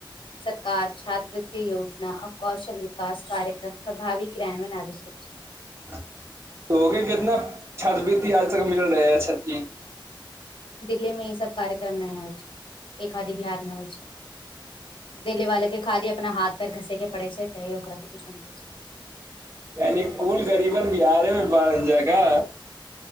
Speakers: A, on the left (about 75°); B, on the right (about 30°).
A: सरकार छात्रवृ्ति योजना आ कौशल विक विकास कार्यक्रम प्रभावी क्रानयन आवश्यक छै
B: त ओ कितना छात्रवृति आज तक मिल रहे है छति
A: दिल्ली मे ई सब कार्यक्रम ना होइ छै एक खादी बिहार मे होइ छै देली वाले के खाली अपना हाथ पेर घसे के पड़े छै तऽ ओकरा कछो मिल छै
B: यानि कुल करीबन बिहारे मे बारह हज का